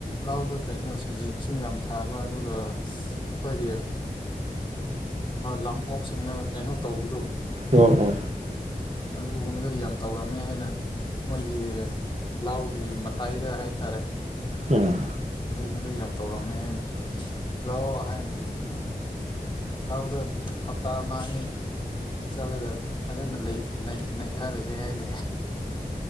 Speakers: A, on the left; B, on the right.
A: ꯂꯗꯨꯣ ꯀꯩꯅꯣ ꯁꯖꯤꯛꯁꯨ ꯌꯥꯝ ꯊꯥꯕ ꯑꯗꯨꯒ ꯑꯩꯈꯣꯏꯒꯤ ꯂꯝ ꯑꯣꯛꯁꯤꯡꯅ ꯀꯩꯅꯣ ꯇꯧꯕꯗꯣ
B: ꯑꯣ ꯍ
A: ꯑꯗꯨꯒꯨꯝꯕꯗ ꯌꯥꯝ ꯇꯧꯔꯝꯃꯦ ꯍꯥꯏꯅ ꯃꯣꯏꯒꯤ ꯂꯥꯎꯒꯤ ꯃꯇꯥꯏꯗ ꯍꯥꯏꯇꯥꯔꯦ
B: ꯎꯝ
A: ꯑꯗꯨꯒꯨꯝꯕꯗ ꯌꯥꯝ ꯇꯧꯔꯝꯃꯦ ꯍꯥꯏꯅ ꯂꯥꯛꯑꯣ ꯍꯥꯏꯅ ꯂꯧꯗ ꯍꯞꯇꯥ ꯑꯃꯅꯤ ꯆꯠꯂꯒ ꯐꯖꯅ ꯅꯩꯊꯔꯁꯦ ꯍꯥꯏꯗꯤ